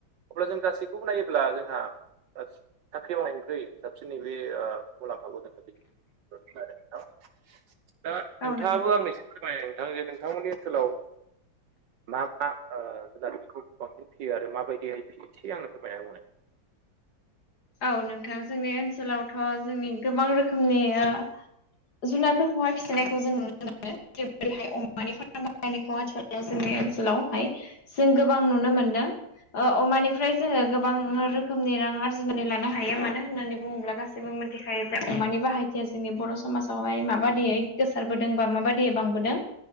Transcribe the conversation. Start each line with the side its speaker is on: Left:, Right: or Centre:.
Right: अब्ला जों गासैखौबो नायोब्ला जोंहा सांख्रि मावनायनिख्रुइ साबसिन नै बेेओ मुलाम्फाखौ जों <unintelligible> दा
Left: औ
Right: नोंथाङाबो
Left: नंगौ
Right: आंनो एसे फोरमाय। दा जे नोंथांमोननि ओनसोलाव मा मा ओ जुनारफोरखौ बांसिन फियो आरो माबायदिहाय फियो एसे आंनो फोरमायना होनाय।
Left: औ नोंथां जोंनि ओनसोलावथ' जोंनि गोबां रोखोमनिओ जुनारफोरखौहाय फिसिनायखौ जों नुनो मोनो जेरैैहाय अमानि फार्म बायनायखौ आथिखाल जोंनि ओनसोलाव हाय। जों गोबां नुनो मोनदों ओ अमानिफ्राय जोङो गोबां रोखोमनि रां आरजि बुंनानै लानो हायो मानो होननानै बुङोब्ला गासैबो मिथिखायो जे अमानि बाहायथिया जोंनि बर' समाज हाय माबायदियै गोसारबोदों बा माबायदियै बांबोदों